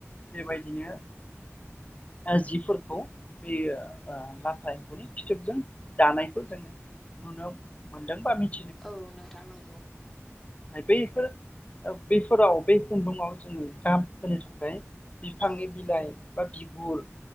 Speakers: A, on the left; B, in the centre.
A: बेबायदिनो ओ जिफोरखौ बोयो ओ लाथा एम्फौनि फिथोबजों दानायखौ जोंङो नुनो मोनदों बा मिथि
B: औ नोंथां नंगौ
A: बैफोर बैफोराव बै खुन्दुंङाव जोंङो गाब होनो थाखाय बिफांनि
B: औ
A: बिलाइ बा बिगुर